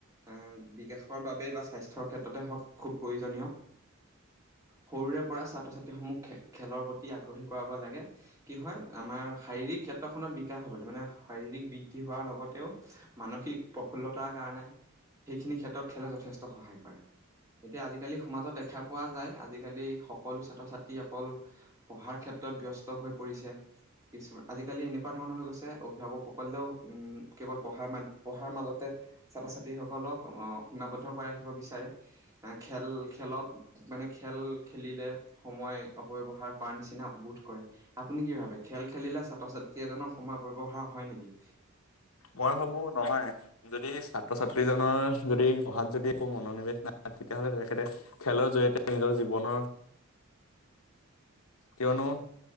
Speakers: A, on the right; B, on the left.
A: উম বিকাশৰ বাবেই বা স্বাস্থ্যৰ ক্ষেত্ৰতে হওঁক খুব প্ৰয়োজনীয় সৰুৰে পৰা ছাত্ৰ ছাত্ৰীসমূহ খে খেলৰ প্ৰতি আগ্ৰহী কৰাব লাগে, কি হয় আমাৰ শাৰীৰিক ক্ষেত্ৰখনত বি কাশ হবলৈ মানে, শাৰীৰিক বৃদ্ধি হোৱাৰ লগতেও, মানসিক প্ৰফুল্লতাৰ কাৰণে সেইখিনি ক্ষেত্ৰত খেলে যথেষ্ট সহায় কৰে। এতিয়া আজিকালি সমাজত দেখা পোৱা যায়। আজিকালি সকলো ছাত্ৰ ছাত্ৰী অকল পঢ়াৰ ক্ষে ত্ৰত ব্যস্ত হৈ পৰিছে কিছুমান আজিকালি এনেকুৱা ধৰণৰ হৈ গৈছে। অভিভাৱক সকলেও উম কেৱল পঢ়াৰ মা পঢ়াৰ মাজতে ছাত্ৰ ছাত্ৰীসকলক অহ সীমাবদ্ধ কৰাই ৰাখিব বিচাৰে। বা খেল খেলত মানে, খেল খেলিলে সময় অপব্যৱহাৰ কৰাৰ নিচিনা বোধ কৰে। আপুনি কি ভাবে? খেল খেলিলে ছাত্ৰ -ছাত্ৰী এজনৰ সময় অপব্য ব্যৱহাৰ হয় নিকি?
B: মই ভাবোঁ নহয় যদি ছাত্ৰ-ছাত্ৰীজনৰ যদি পঢ়াত যদি একো মনোনিৱেশ নাই তেতিয়াহ'লে তেখেতে খেলৰ জৰিয়তে নিজৰ জীৱনৰ
A: <inaudible>
B: কিয়নো,